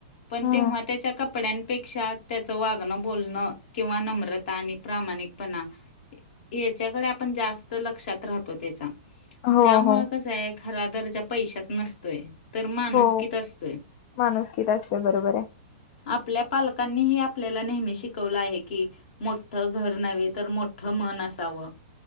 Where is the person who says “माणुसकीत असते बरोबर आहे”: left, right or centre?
Left